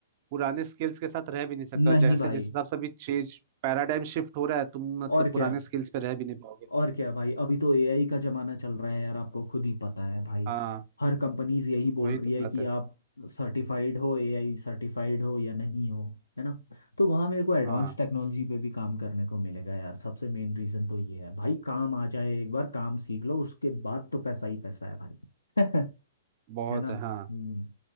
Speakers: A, on the right; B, on the left.
A: पुराने स्किल्स के साथ रह भी नहीं सकते और
B: नहीं
A: जैसे
B: भाई
A: जिस हिसाब से अभी चेंज पैराडाइम शिफ्ट हो रहा है तुम मतलब
B: और
A: पुराने
B: क्या
A: स्किल्स पे रह भी नहीं पाओगे
B: और क्या भाई अभी तो एआई का जमाना चल रहा है यार आपको खुद ही पता है भाई
A: हाँ
B: हर कंपनीज यही बोल
A: वही
B: रही
A: तो बात
B: है कि
A: है
B: आप सर्टिफाइड हो एआई सर्टिफाइड हो या नहीं हो है ना तो वहाँ मेरे को एडवांस
A: हाँ
B: टेक्नोलॉजी पे भी काम करने को मिलेगा यार सबसे मेन रीज़न तो ये है भाई काम आ जाए एक बार काम सीख लो उसके बाद तो पैसा ही पैसा है भाई <laughs>
A: बहुत
B: है ना
A: है हाँ
B: हम्म